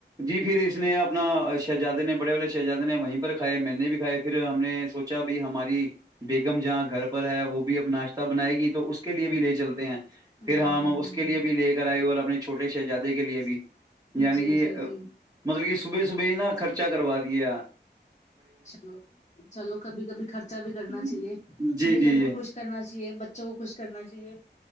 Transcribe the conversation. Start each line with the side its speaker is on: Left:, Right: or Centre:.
Right: جی پھر اس
Left: ہاں
Right: نے اپنا شہزادے نے بڑے بڑے شہزادے نے وہیں پر کھائے میں نے بھی کھائے پھر ہم نے سوچا ب ہماری بیگم جہاں گھر پر ہے وہ بھی اب ناشتہ بنائے گی تو اس کے لیے بھی لے چلتے ہیں پھر
Left: ہاں
Right: ہماں
Left: ہاں ہاں
Right: اس کے
Left: ہاں
Right: لیے بھی لے گ آئے ہو اور اپنے چھوٹے شہزادے کے لیئے بھی یعنی
Left: جی
Right: کہ
Left: جی جی
Right: مطلب کہ صبح صبح ہی نا خرچا کروا دیے
Left: چلو چلو کبھی کبھی خرچہ بھی کرنا
Right: جی
Left: چاہیے بیگم
Right: جی جی
Left: کو خوش کرنا چاہیے بچوں کو خوش کرنا چاہیے